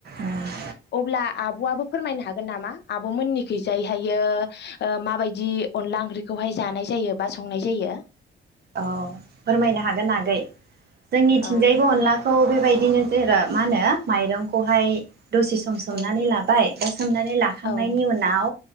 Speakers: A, on the right; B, on the left.
A: उम
B: अब्ला आबआबो फोरमायनो हागोन नामा आब मोननिखि जायहायो ओ माबायदि अनला ओंख्रिखौहाय जानाय जायो बा संनाय जायो?
A: औ फोरमायनो हागोन आगै । जोंनिथिंजायबो
B: औ
A: अनदला खौ बेबायदिनो जेरा मा होनो माइरंखौहाय दसे सम सोमनानै
B: औ
A: लाबाय दा सोमनानै लाखांनायनि
B: औ
A: उनाव